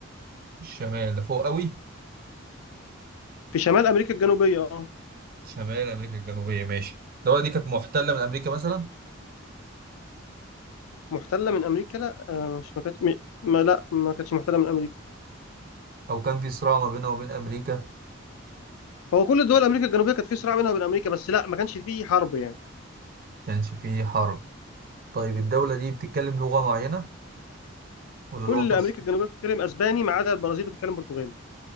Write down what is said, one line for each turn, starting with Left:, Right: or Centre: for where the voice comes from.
Right: الشمال ده فوق قوي
Left: في شمال أمريكا الجنوبية اه
Right: شمال أمريكا الجنوبية ماشي الدولة دي كانت محتلة من أمريكا مثلا
Left: محتلة من أمريكا لا آه، مش ما كانت م- ما لا ما كانتش محتلة من أمريكا
Right: أو كان في صراع ما بينها وبين أمريكا
Left: هو كل دول أمريكا الجنوبية كانت في صراع بينها وبين أمريكا بس لا ما كانش فيه حرب يعني
Right: كانش في حرب طيب الدولة دي بتتكلم لغة معينة ولا لغة
Left: كل
Right: خاصة؟
Left: أمريكا الجنوبية بتتكلم أسباني ما عدا البرازيل بتتكلم برتغالي